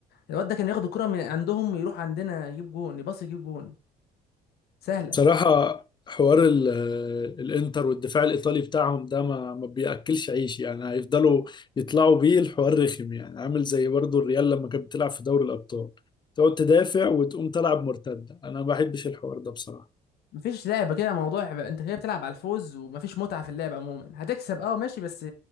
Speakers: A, on the left (about 70°); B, on the left (about 25°).
A: الواد ده كان ياخد الكره من عندهم يروح عندنا يجيب جون يباص يجيب جون سهله
B: بصراحة حوار ال- الانتر والدفاع الإيطالي بتاعهم ده ما ما بيأكلش عيش يعني هيفضلوا يطلعوا بيه الحوار رخم يعني عامل زي برضو الريال لما كانت بتلعب في دوري الأبطال تقعد تدافع وتقوم تلعب مرتدة أنا ما بحبش الحوار ده بصراحة
A: مفيش لعبه كده موضوع بقى. انت كده بتلعب على الفوز ومفيش متعه في اللعب عموما هتكسب اه ماشي بس